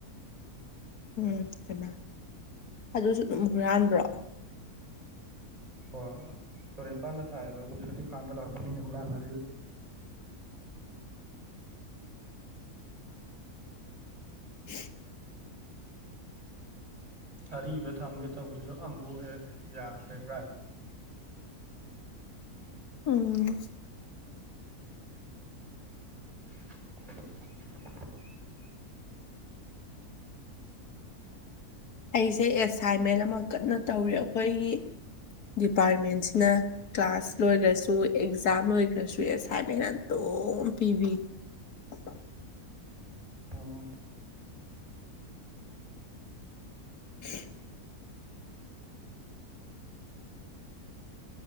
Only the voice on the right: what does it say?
ꯍꯣꯏ ꯇꯣꯔꯦꯟ ꯄꯥꯟꯗ ꯊꯥꯏꯌꯦꯕ ꯑꯗꯨ ꯁꯖꯤꯛ ꯐꯥꯟꯕ ꯂꯥꯛꯄ ꯃꯤꯅ ꯍꯨꯔꯥꯟꯅꯔꯤꯔ
ꯑꯔꯤꯕ ꯊꯝꯒꯦ ꯇꯧꯕꯗꯨꯁꯨ ꯑꯝꯕꯧ ꯍꯦꯛ ꯌꯥꯗ꯭ꯔꯦ ꯍꯨꯔꯥꯟ
<unintelligible>
ꯎꯝ